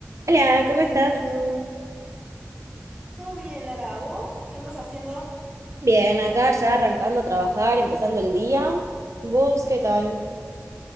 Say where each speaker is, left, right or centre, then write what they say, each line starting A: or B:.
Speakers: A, on the right; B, on the right.
A: Hola, ¿cómo estás? Hola.
B: Todo bien, Lara. ¿Vos qué andas haciendo?
A: Bien, acá ya arrancando a trabajar, empezando el día. ¿Vos qué tal?